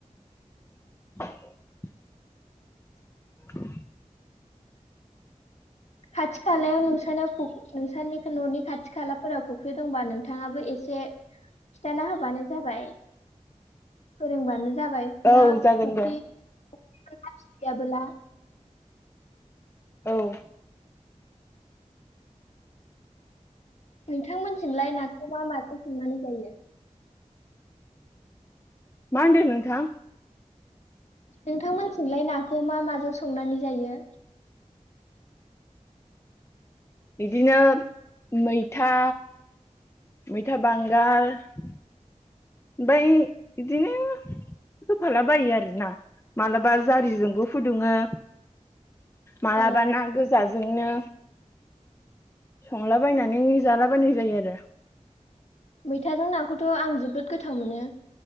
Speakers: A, on the left (about 20°); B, on the left (about 60°).
A: <inaudible> <inaudible>
B: खाथि खालायाव नोंसाव नोंसोरनि न'नि खाथि खालाफोराव फुख्रि दंबा नोंथाङाबो एसे एसे खिथाना होबानो जाबाय फोरोंबानो जाबाय ना
A: औ जागोन
B: फुख्रि
A: दे
B: <unintelligible>
A: औ
B: नोंथांमोनथिमलाय नाखौ मा माजों सोंनानै जायो
A: मा होनदों नोंथां
B: नोंथांमोनथिंलाय नाखौ मा माजों संनानै जायो
A: बिदिनो मैथा मैथा बांगाल ओमबाय इदिनो होफाला बायो आरोना मालाबा जारिजोंबो फुदुङो मालाबा
B: औ
A: ना गोजाजोंनो संलाबायनानै जालाबायनाय जायो आरो
B: मैथाजों नाखौथ' आं जोबोद गोथाव मोनो